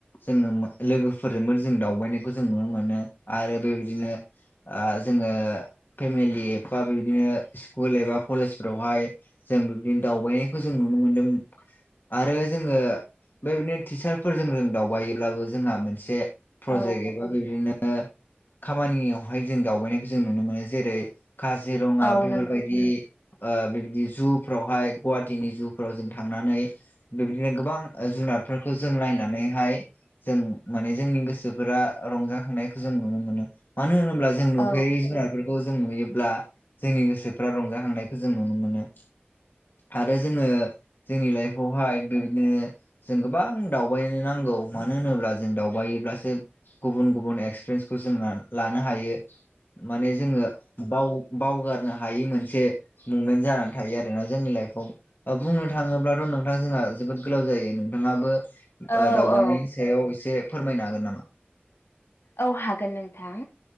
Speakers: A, on the left; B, on the left.
A: जोङो लोगोफोरजोंबो जों दावबायनायखौ जों नुनो मोनो आरो बेबायदिनो ओ जोङो फेमिलि एफा बिदिनो स्कुल एबा कलेजफोरावहाय जों बिब्दिनो दावबायनायखौ जों नुनो मोनदों आरो जोङो बेबायदिनो टिचारफोरजों जों दावबायोब्लाबो जोंहा मोनसे
B: औ
A: प्रजेक्ट एबा बिदिनो खामानियावहाय जों दावबायनायखौ जों नुनो मोनो जेरै जिरङा
B: औ
A: बेफोरबायदि
B: नों
A: ओ बेबायदि जुफ्रावहाय गुवाहाटिनि जुफ्राव जों थांनानै बेबायदिनो गोबां ओ जुनारफोरखौ जों नायनानैहाय जों माने जोंनि गोसोफोरा रंजाखांनायखौ जों नुनो मोनो। मानो होनोब्ला जों जों
B: औ
A: नुफेरयै जुनारफोरखौ जों नुयोब्ला जोंनि गोसोफ्रा रंजाखांनायखौ जों नुनो मोनो आरो जोङो जोंनि लाइफआवहाय बेबायदिनो जों गोबां दावबायनो नांगौ मानो होनोब्ला जों दावबायोब्लासो गुबुन गुबुन एक्सपिरियेन्सखौ जों लानो हायो माने जोङो बाव बावगारनो हायि मोनसे मुमेन्ट जानानै थायो आरोना जोंनि लाइफआव बुंनो थाङोब्लाथ' नोंथां जोंहा जोबोद गोलाव जायो नोंथाङाबो
B: औ
A: ओ दावबायनायनि
B: औ
A: सायाव एसे फोरमायनो हागोन नामा?
B: औ हागोन नोंथां